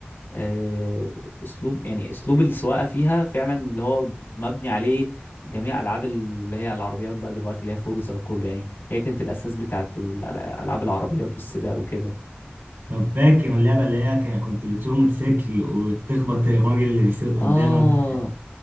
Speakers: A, on the left; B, on the right.
A: آه، اسلوب يعني اسلوب السواقه فيها فعلا اللي هو مبني عليه جميع العاب اللي هي العربيات بقى دلوقتي اللي هي فورزا وكله يعني هي كانت الاساس بتاعت الألع- العاب العربيات والسباق وكده
B: طب فاكر اللعبة اللي هي ك- كنت بتسوق موتوسيكل وتخبط الراجل اللي بيسوق قدامك
A: اه